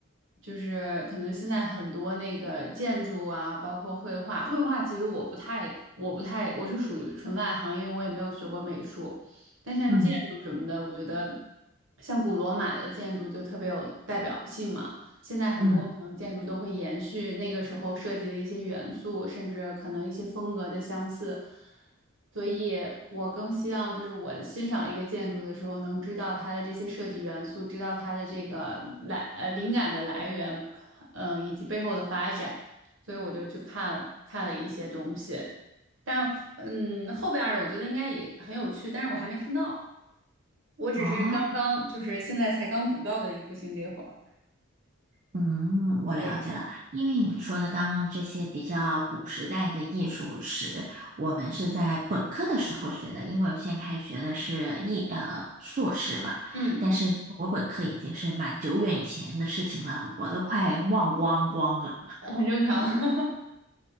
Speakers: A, on the right (about 60°); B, on the right (about 40°).
A: 就是可能现在很多那个建筑啊，包括绘画，绘画其实我不太，我不太，我是属于纯外行，因为我也没有学过美术，但像建筑什么的，
B: 嗯
A: 我觉得像古罗马的建筑就特别有代表性嘛。现在很多可能建筑都会延续那个时候设计的一些元素，
B: 嗯
A: 甚至可能一些风格的相似，所以我更希望就是我欣赏一个建筑的时候，能知道它的这些设计元素，知道它的这个来呃灵感的来源，嗯，以及背后的发展，所以我就去看看了一些东西，但嗯后边儿的我觉得应该也很有趣，但是我还没看到，我只是刚刚就是现在才刚读到的一幅新这会儿，
B: 哦，嗯，我了解了。
A: 对，
B: 因为你说的刚刚这些比较古时代的艺术史，我们是在本科的时候学的，因为我现在开始学的是艺呃硕士嘛，
A: 嗯。
B: 但是我本科已经是蛮久远以前的事情了，我都快忘光光了。
A: 很正常。<laughs>